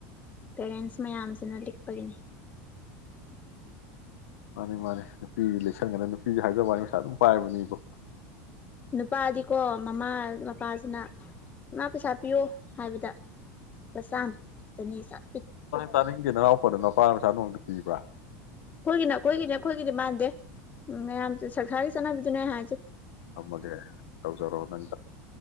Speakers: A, on the left; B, on the left.
A: ꯄꯦꯔꯦꯟꯁ ꯃꯌꯥꯝꯖꯤꯅ ꯂꯤꯛꯄꯒꯤꯅꯤ꯫
B: ꯃꯥꯅꯤ ꯃꯥꯅꯤ ꯅꯨꯄꯤꯖꯤꯗꯤ ꯂꯤꯛꯁꯟꯒꯗꯕꯅꯤ ꯅꯨꯄꯤꯖꯤ ꯍꯥꯏꯖꯕꯩ ꯋꯥꯅꯤ ꯄꯩꯁꯥ ꯑꯗꯨꯝ ꯄꯥꯏꯕꯅꯦꯕꯣ꯫
A: ꯅꯨꯄꯥꯗꯤꯀꯣ ꯃꯃꯥ ꯃꯄꯥ ꯅ ꯃ ꯄꯩꯁꯥ ꯄꯤꯌꯣ ꯍꯥꯏꯕꯗ ꯄꯥ ꯆꯥꯝ ꯆꯅꯤ ꯁꯠ
B: ꯇꯥꯅꯤꯡꯗꯦ ꯅꯅꯥꯎꯄꯥꯗꯣ ꯅꯄꯥꯅ ꯄꯩꯁꯥ ꯅꯣꯡꯃꯇ ꯄꯤꯕ꯭ꯔꯥ
A: ꯑꯩꯈꯣꯏꯒꯤꯅꯦ ꯑꯩꯈꯣꯏꯒꯤꯅꯦ ꯑꯩꯈꯣꯏꯒꯤꯗꯤ ꯃꯥꯟꯗꯦ ꯎ ꯃꯌꯥꯝ ꯁꯪꯔꯤꯁ ꯆꯅꯕꯤꯗꯨꯅꯦ ꯍꯥꯏꯖꯦ
B: ꯊꯝꯃꯒꯦ ꯇꯧꯖꯔꯣ ꯅꯪ